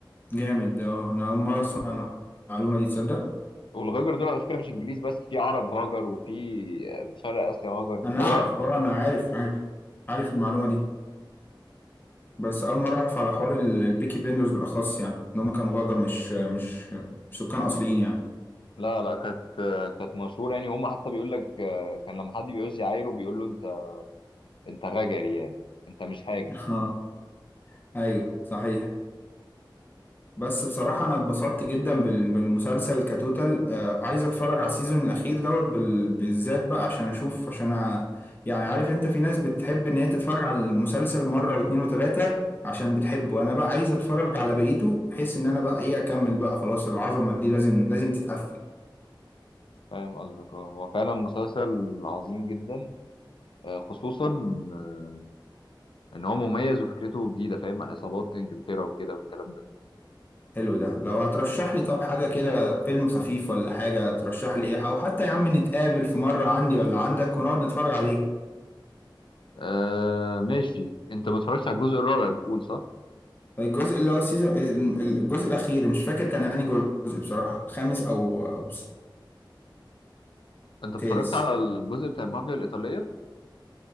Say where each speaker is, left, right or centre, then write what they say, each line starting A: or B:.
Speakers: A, on the left; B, on the left.
A: جامد ده اه انا اول مره اسمع المعلومه دي تصدق
B: والغجر دول على فكره مش انجليز بس في عرب غجر وفي شرق اسيا غجر
A: انا
B: اللي
A: اعرف
B: هو
A: اه انا عارف عارف عارف المعلومه دي بس اول مره اعرف على حوار ال- البيكي بليندرز بالاخص يعني ان هم كانوا غجر مش مش مش سكان اصليين يعني
B: لا لا كانت كانت مشهوره يعني هم حتى بيقول لك كان لما حد بيعوز يعايره بيقول له انت انت غجري يعني انت مش حاجه
A: <laughs> اه ايوه صحيح بس بصراحة أنا اتبسطت جدا بال- بالمسلسل كتوتال آه، عايز أتفرج على السيزون الأخير دوت بال- بالذات بقى عشان أشوف عشان أ... يعني عارف أنت في ناس بتحب إن هي تتفرج على المسلسل مرة واتنين وتلاتة عشان بتحبه أنا بقى عايز أتفرج على بقيته بحيث إن أنا بقى إيه أكمل بقى خلاص العظمة دي لازم لازم تتقفل
B: فاهم قصدك اه هو فعلا مسلسل عظيم جدا آه، خصوصا آه، ان هو مميز وفكرته جديده فاهم عن عصابات انجلترا وكده والكلام ده
A: حلو ده لو هترشح لي طب حاجة كده فيلم خفيف ولا حاجة ترشح لي إيه أو حتى يا عم نتقابل في مرة عندي ولا عندك ونقعد نتفرج عليه
B: آه ماشي انت ما اتفرجتش على الجزء الرابع بتقول صح
A: الجزء اللي هو السيزون الجزء الأخير مش فاكر كان أنهي جزء بصراحة خامس أو أو
B: انت اتفرجت
A: سادس
B: على الجزء بتاع المافيا الايطاليه